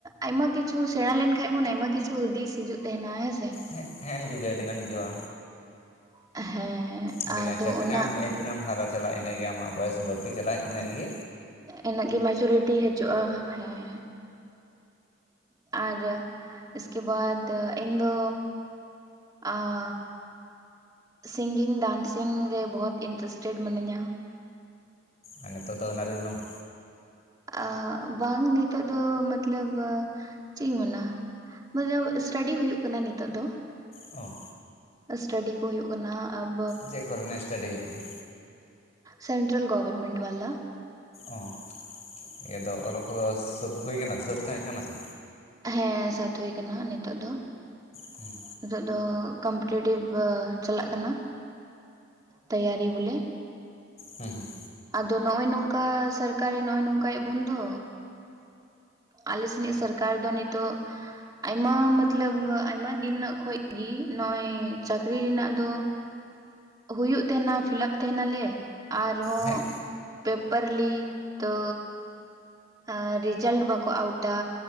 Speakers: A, on the right (about 20°); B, on the left (about 35°).
A: ᱟᱭᱢᱟ ᱠᱤᱪᱷᱩ ᱥᱮᱬᱟ ᱞᱮᱱᱠᱷᱟᱱᱡ ᱵᱚᱱ ᱟᱭᱢᱟ ᱠᱤᱪᱷᱩ ᱫᱤᱥ ᱦᱤᱡᱩᱜ ᱛᱟᱦᱮᱱᱟ ᱦᱮᱸ ᱥᱮ
B: ᱦᱮᱸ ᱦᱮᱸ ᱦᱤᱡᱩᱜ ᱜᱮ ᱟᱹᱰᱤᱜᱟᱱ ᱦᱤᱡᱩᱜᱼᱟ
A: ᱦᱮᱸ
B: ᱟᱹᱰᱤ
A: ᱟᱫᱚ
B: ᱜᱟᱱᱪ ᱛᱤᱱᱟᱹᱜ
A: ᱚᱱᱟ
B: ᱮᱢ ᱛᱤᱱᱟᱹᱜ ᱮᱢ ᱦᱟᱨᱟ ᱪᱟᱞᱟᱜᱼᱟ ᱤᱱᱟᱹᱜ ᱜᱮ ᱟᱢᱟᱜ ᱵᱚᱭᱮᱥ ᱵᱟᱹᱲᱛᱤ ᱪᱟᱞᱟᱜᱼᱟ ᱤᱱᱟᱹᱜ ᱜᱮ
A: ᱤᱱᱟᱹᱜ ᱜᱮ ᱢᱮᱡᱚᱨᱤᱴᱤ ᱦᱤᱡᱩᱜᱼᱟ ᱦᱮᱸ ᱟᱨ ᱤᱥᱠᱮ ᱵᱟᱫ ᱤᱧ ᱫᱚ ᱟᱜ ᱥᱤᱝᱜᱤᱝ ᱰᱟᱝᱥᱤᱝ ᱨᱮ ᱵᱚᱦᱚᱛ ᱤᱱᱴᱨᱮᱥᱴᱮᱴ ᱢᱤᱱᱟᱹᱧᱟ
B: ᱟᱨ ᱱᱤᱛᱚᱜ ᱫᱚ ᱚᱱᱟ ᱨᱮ ᱢᱮᱱᱟᱢᱟ
A: ᱟᱜ ᱵᱟᱝ ᱱᱤᱛᱚᱜ ᱫᱚ ᱢᱟᱛᱞᱟᱹᱵ ᱪᱮᱧ ᱢᱮᱱᱟ ᱵᱩᱡᱟᱹᱣ ᱥᱴᱟᱰᱤ ᱦᱩᱭᱩᱜ ᱠᱟᱱᱟ ᱱᱤᱛᱚᱜ ᱫᱚ
B: ᱚ
A: ᱥᱴᱟᱰᱤ ᱠᱚ ᱦᱩᱭᱩᱜ ᱠᱟᱱᱟ ᱟᱵ
B: ᱪᱮᱜ ᱠᱚ ᱨᱮᱱᱟᱜ ᱥᱴᱟᱰᱤ ᱦᱩᱭᱩᱜ ᱠᱟᱱᱟ
A: ᱥᱮᱱᱴᱨᱟᱞ ᱜᱚᱵᱷᱚᱨᱢᱮᱱᱴ ᱵᱟᱞᱟ
B: ᱚ ᱤᱭᱟᱹ ᱫᱚ ᱚᱞᱚᱜ ᱠᱚᱫᱚ ᱥᱟᱹᱛ ᱦᱩᱭ ᱠᱟᱱᱟ ᱥᱟᱹᱛ ᱠᱟᱹᱭ ᱠᱟᱱᱟ ᱛᱚ
A: ᱦᱮᱸ ᱥᱟᱛ ᱦᱩᱭ ᱠᱟᱱᱟ ᱱᱤᱛᱚᱜ ᱫᱚ
B: ᱦᱩᱸ
A: ᱱᱤᱛᱚᱜ ᱫᱚ ᱠᱟᱢᱴᱤᱴᱤᱵᱽ ᱵᱟᱹ ᱪᱟᱞᱟᱜ ᱠᱟᱱᱟ ᱛᱮᱭᱟᱨᱤ ᱵᱚᱞᱮ
B: ᱦᱩᱸ ᱦᱩᱸ
A: ᱟᱫᱚ ᱱᱚᱜᱼᱚᱭ ᱱᱚᱝᱠᱟ ᱥᱚᱨᱠᱟᱨ ᱱᱚᱜᱼᱚᱭ ᱱᱚᱝᱠᱟᱭ ᱵᱚᱱᱫᱚ ᱟᱞᱮ ᱥᱮ ᱱᱤᱡ ᱥᱚᱨᱠᱟᱨ ᱫᱚ ᱱᱤᱛᱚᱜ ᱟᱭᱢᱟ ᱢᱟᱛᱞᱟᱹᱵ ᱟᱭᱢᱟ ᱫᱤᱱ ᱱᱟᱜ ᱠᱷᱚᱡ ᱜᱤ ᱱᱚᱭ ᱪᱟᱠᱨᱤ ᱨᱮᱱᱟᱜ ᱫᱚ ᱦᱩᱭᱩᱜ ᱛᱟᱦᱮᱱᱟ ᱯᱷᱤᱞᱟᱯ ᱛᱮᱦᱮᱱᱟᱞᱮ ᱟᱨ ᱡᱚᱦᱚᱜ
B: ᱦᱮᱸ
A: ᱯᱮᱯᱟᱨ ᱞᱤᱠ ᱛᱚ ᱟᱹ ᱨᱮᱡᱟᱞᱴ ᱵᱟᱠᱚ ᱟᱣᱩᱴᱟ